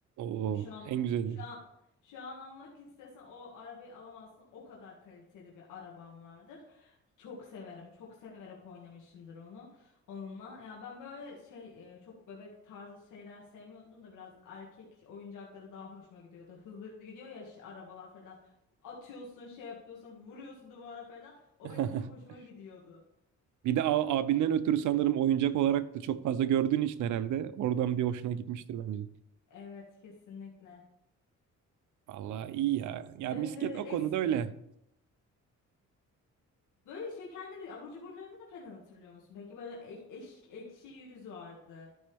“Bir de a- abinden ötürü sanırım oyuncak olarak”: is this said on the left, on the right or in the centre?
Right